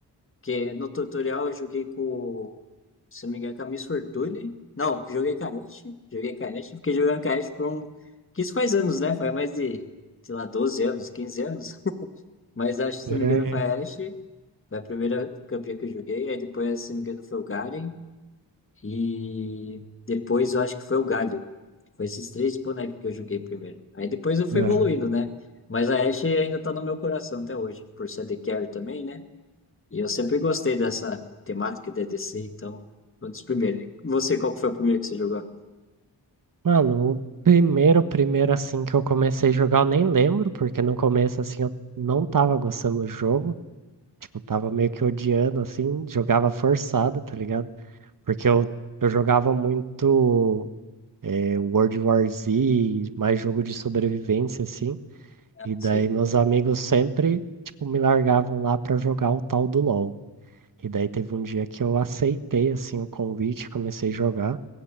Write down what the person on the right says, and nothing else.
Por
aí.
É.
Mano, o primeiro, primeiro assim que eu comecei a jogar, eu nem lembro, porque no começo assim eu não tava gostando do jogo. Tipo, tava meio que odiando, assim, jogava forçado, tá ligado? Porque eu, eu jogava muito eh, World War Z, mais jogo de sobrevivência, assim.
E daí
meus amigos sempre, tipo, me largavam lá pra jogar o tal do LoL. E daí teve um dia que eu aceitei, assim, o convite, comecei a jogar.